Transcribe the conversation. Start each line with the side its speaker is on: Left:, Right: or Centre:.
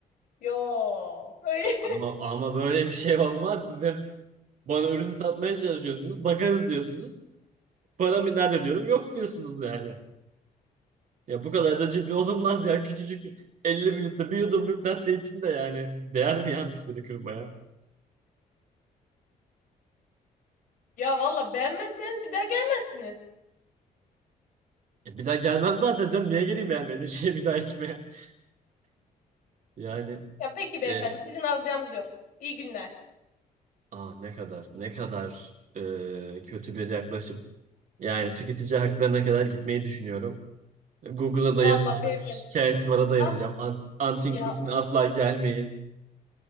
Left: Yok. <laughs>
Right: Ama, ama böyle bir şey olmaz. Siz hep bana ürünü satmaya çalışıyorsunuz. Bakarız diyorsunuz. Paramı nerede diyorum. Yok diyorsunuz yani. Ya bu kadar da cimri olunmaz ya. Küçücük 50 mililitre bir yudumluk latte içinde yani. Değer mi ya müşteri kırmaya?
Left: Ya valla beğenmezseniz bir daha gelmezsiniz.
Right: E bir daha gelmem zaten canım. Niye geleyim beğenmediğim şeyi bir daha içmeye? <laughs> Yani
Left: Ya peki beyefendi
Right: e,
Left: sizin alacağınız yok. İyi günler.
Right: aa ne kadar ne kadar e, kötü bir yaklaşım. Yani tüketici haklarına kadar gitmeyi düşünüyorum. Google'a
Left: Valla
Right: da yazacağım.
Left: beyefendi.
Right: Şikayet duvara da
Left: Ah
Right: yazacağım. An Antin
Left: ya
Right: Kuntin asla gelmeyin.